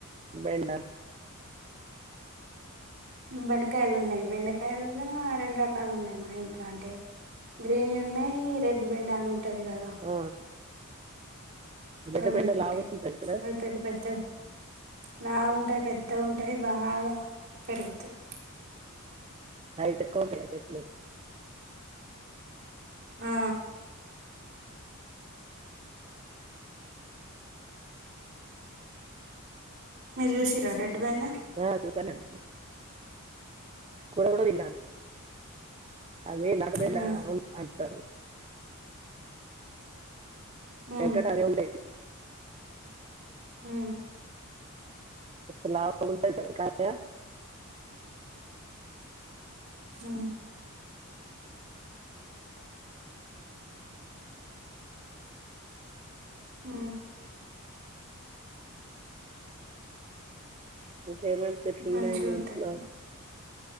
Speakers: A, on the right; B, on the right.
A: బెండ
B: బెండకాయలు ఉన్నాయి బెండకాయలలో రెండు రకాలు ఉన్నాయి మా ఇంట్లో అంటే గ్రీన్ ఉన్నాయి రెడ్ బెండ ఉంటది కదా
A: ఆ, రెడ్
B: అవునంటయి
A: బెండ లావు ఉంటుంది కదా
B: అ పెద్ద పెద్దవి లావు ఉంటాయి పెద్దగా ఉంటాయి బాగా పెరుగుతాయి
A: హైట్ ఎక్కువ ఉంటాయా చెట్లు
B: ఆ మీరు చూసిర్రా రెడ్ బెండ
A: ఆ చూసానండి కూర కూడా తిన్నాను అదే నాక మీద
B: ఉమ్
A: ఉన్ అన్ తరు
B: హు
A: వెనకట అదే ఉండేది
B: హు
A: మస్త్ లావుంటది <inaudible>
B: హు ఉ
A: ంట్ పేమెంట్ చెట్లున్నయి
B: మంచిగా
A: మీ
B: ఉంటాయి
A: ఇంట్లో